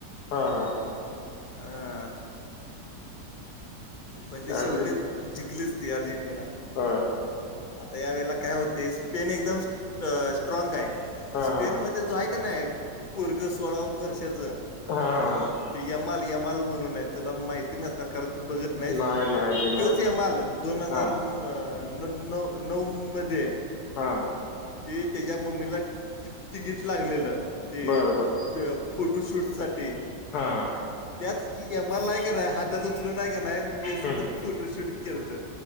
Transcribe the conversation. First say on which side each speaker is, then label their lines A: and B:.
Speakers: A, on the left (about 65°); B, on the left (about 45°).
A: हा हा
B: अ. पण ती
A: चार
B: शेवटीच
A: जी पी
B: जंलीच ती अर्जेंटिना.
A: होय
B: आता या वेळेला काय होते स्पेन एकदम स्ट स्ट्रॉग आहे.
A: हा
B: स्पेन
A: हा
B: मध्ये जो आहे का नाही पोरग सोळा वर्षांचा
A: हा हा हा.
B: ते यमाल यमाल म्हणून आहे तुला माहिती नस सरकार त बघत नाहीस
A: नाही नाही मी नाही
B: तोच हेमल दोन हजार
A: हा
B: न अ न न नऊमध्ये
A: हा
B: ते त्याच्या मम्मीला ति तिकीट लागलेलं. ते
A: बर बर
B: ब फोटोशूटसाठी
A: हा हा.
B: त्याच एम आर लाय का नाही हातात उचलून नाही का नाही मेसीनं
A: हम्म
B: फोटोशूट केलंत.